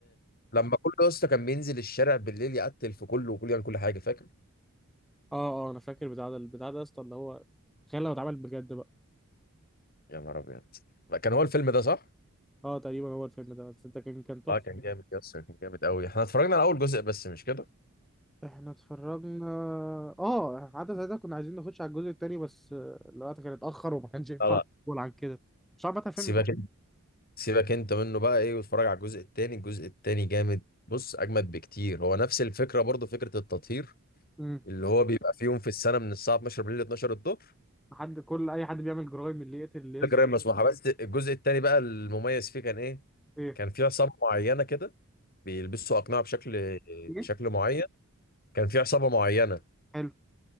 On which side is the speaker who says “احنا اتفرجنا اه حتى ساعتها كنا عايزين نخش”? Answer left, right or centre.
Centre